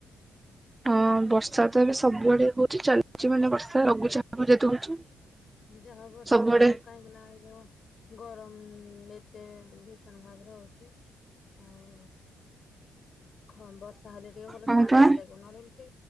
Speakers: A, on the right; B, on the left.
A: ହଁ ବର୍ଷା ତ ଏବେ ସବୁଆଡେ ହଉଛି ଚାଲିଛି ମାନେ ବର୍ଷା ଲଘୁଚାପ ଯେହେତୁ ହଉଛି।
B: ଯାହା ହଉ ବର୍ଷା
A: ସବୁଆଡେ
B: ହଉ କାହିଁକି ନା ଏଇ ଯଉ ଗରମ ଏତେ ଭୀଷଣ ଭାବରେ ହଉଛି ଆଉ ଖ ବର୍ଷା ହେଲେ ଟିକେ ଭଲ
A: ହଁ
B: ଶା
A: ପା
B: ଇଏ ଲାଗିବ ନହେଲେ ଏମିତି